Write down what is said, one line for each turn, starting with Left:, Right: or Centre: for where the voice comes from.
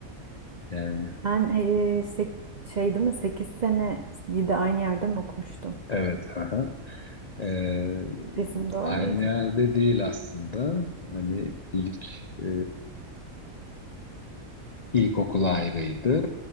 Left: yani.
Right: Sen ee, sek- şey değil mi 8 sene de aynı yerde mi okumuştun?
Left: Evet. Aha. Ee,
Right: Bizim de öyleydi.
Left: aynı yerde değil aslında. Hani ilk e, ilkokul ayrıydı.